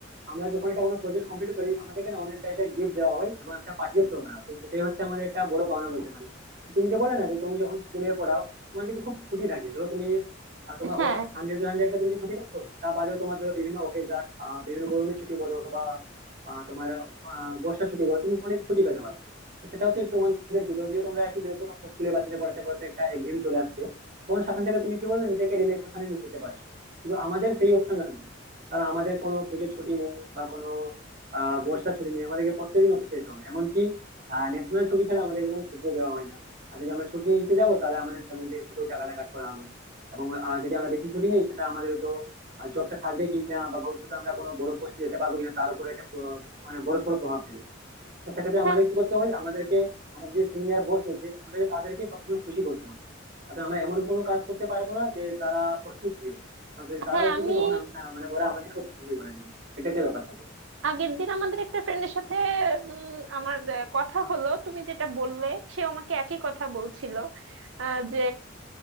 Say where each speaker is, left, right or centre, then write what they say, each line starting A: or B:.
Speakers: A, on the right (about 45°); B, on the right (about 70°).
A: আমরা যখন একটা কোনো প্রজেক্ট কমপ্লিট করি আমাদেরকে না অনেক টাইপের গিফট দেওয়া হয় এবং একটা পার্টিও থ্রো করা হয় তো সেটাই হচ্ছে আমাদের একটা বড় পাওনা বলতে পারি তুমি যে বলে না যে তুমি যখন স্কুলে পড়াও তোমার কিন্তু খুব ছুটি থাকে ধরো তুমি আহ, তোমার
B: হ্যাঁ
A: হান্ড্রেড টু হান্ড্রেড একটা তুমি ছুটি পাচ্ছ তা বাদেও তোমার ধরো বিভিন্ন অকেশন বিভিন্ন গরমের ছুটি বলো বা আহ, তোমার আহ, বর্ষার ছুটি বলো তুমি অনেক ছুটি পেতে পারো তো সেটা হচ্ছে
B: হুম।
A: তোমাদের কি যদিও তোমরা একটু বিরক্ত পাচ্ছ স্কুলে বাচ্চাদের পড়াতে পড়াতে একটা একঘেয়েমি চলে আসছে তখন সেখান থেকে তুমি কি বলবে নিজেকে রিল্যাক্সেশনে নিয়ে যেতে পারছো কিন্তু আমাদের সেই অপশনটা নেই কারণ আমাদের কোনো পুজোর ছুটি নেই বা কোনো আহ বর্ষার ছুটি নেই আমাদেরকে প্রত্যেকদিন অফিসে যেতে হবে এমনকি ন্যাশনাল ছুটি ছাড়া আমাদেরকে কোনো ছুটিও দেওয়া হয় না আর যদি আমরা ছুটি নিতে যাবো তাহলে আমাদের স্যালারি থেকেও টাকাটা কাট করা হবে এবং আহ, যদি আমরা বেশি ছুটি নিই সেটা আমাদের হয়তো জবটা থাকবে কিনা বা ভবিষ্যতে আমরা কোনো বড় পোস্টে যেতে পারবো কিনা তার উপর একটা প্র- মানে বড় সড় প্রভাব ফেলে তো সেক্ষেত্রে
B: হ্যাঁ
A: আমাদের কি করতে হয় আমাদেরকে আমাদের যে সিনিয়র বস রয়েছে ওদেরকে তাদেরকে সবসময় খুশি করতে হয় অর্থাৎ আমরা এমন কোনো কাজ করতে পারবো না যে তারা অসুখী হোক অর্থাৎ যদি তারা
B: হ্যাঁ
A: অসুখী
B: আমি
A: তখন আমরা মানে ওরা আমাদেরকে অসুখী করে দিবে এটা একটা ব্যাপার থাকে
B: আগের দিন আমাদের একটা ফ্রেন্ডের সাথে উম, আমার আহ, কথা হলো তুমি যেটা বললে সে আমাকে একই কথা বলছিল আহ, যে